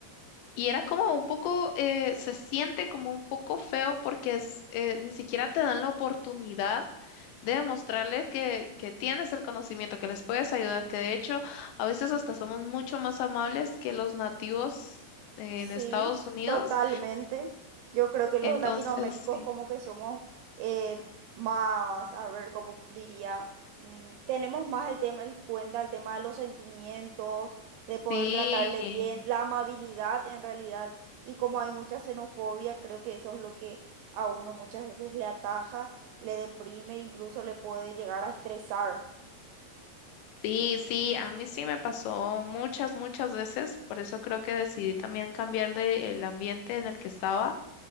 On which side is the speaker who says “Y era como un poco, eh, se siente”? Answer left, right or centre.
Left